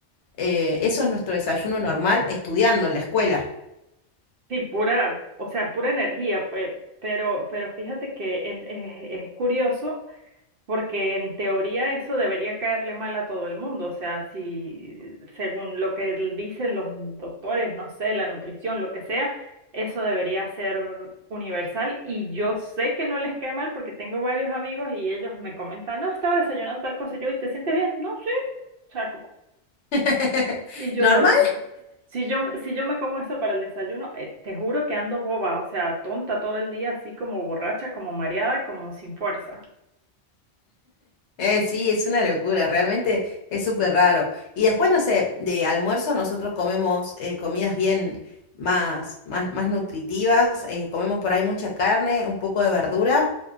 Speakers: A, on the left; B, on the right.
A: Eh, eso es nuestro desayuno normal estudiando en la escuela.
B: Sí, pura, o sea, pura energía, pues, pero, pero fíjate que es, es, es curioso porque en teoría eso debería caerle mal a todo el mundo, o sea, si según lo que l- dicen los doctores, no sé, la nutrición, lo que sea, eso debería ser universal y yo sé que no les cae mal porque tengo varios amigos y ellos me comentan, no, estaba desayunando tal cosa y yo, ¿y te sientes bien? No, sí, o sea,
A: <laughs>
B: y yo
A: Normal.
B: no, si, si yo, si yo me como eso para el desayuno, eh, te juro que ando boba, o sea, tonta todo el día, así como borracha, como mareada, como sin fuerza.
A: Eh, sí, es una locura, realmente es súper raro. Y después, no sé, de almuerzo nosotros comemos eh, comidas bien más, más, más nutritivas, eh, comemos por ahí mucha carne, un poco de verdura